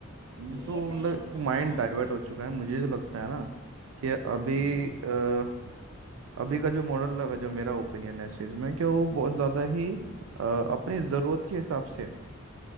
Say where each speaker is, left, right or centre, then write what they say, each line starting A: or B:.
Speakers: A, on the right; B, on the right.
A: ये
B: ये
A: तो
B: नहीं
A: मतलब
B: होता
A: माइंड
B: है यार
A: डाइवर्ट
B: इसमें
A: हो चुका है मुझे तो लगता है ना कि अभी
B: हम्म
A: अ, अभी का जो मॉडल है जो मेरा ओपिनियन है इस चीज़ में कि वो बहुत ज़्यादा ही अ, अपनी ज़रूरत के हिसाब से है